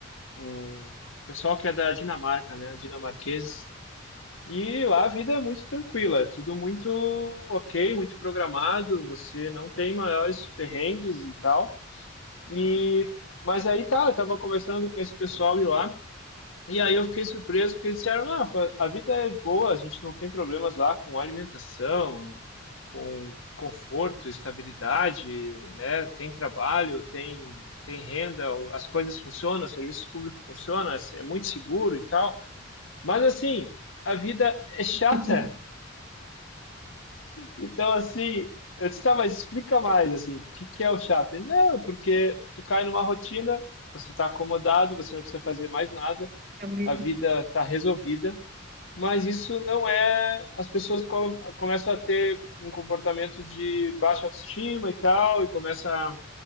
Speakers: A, on the left; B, on the right.
A: um pessoal que é da Dinamarca, né? Dinamarqueses. E lá a vida é muito tranquila, é tudo muito ok, muito programado, você não tem maiores perrengues e tal. E mas aí tá, eu tava conversando com esse pessoal de lá, e aí eu fiquei surpreso porque eles disseram: "Não, Rafa, a vida é boa, a gente não tem problemas lá com alimentação, com conforto, estabilidade, né? Tem trabalho, tem tem renda, o- as coisas funcionam, os serviços públicos funcionam, é é muito seguro e tal". Mas assim, a vida é chata,
B: <laughs>
A: Então, assim, eu disse, tá, mas explica mais, assim, o que que é o chato? Ele, não, é porque tu cai numa rotina, você tá acomodado, você não precisa fazer mais nada,
B: É meio
A: a
B: que
A: vida
B: isso
A: tá resolvida, mas isso não é. As pessoas com- começam a ter um comportamento de baixa autoestima e tal, e começam a,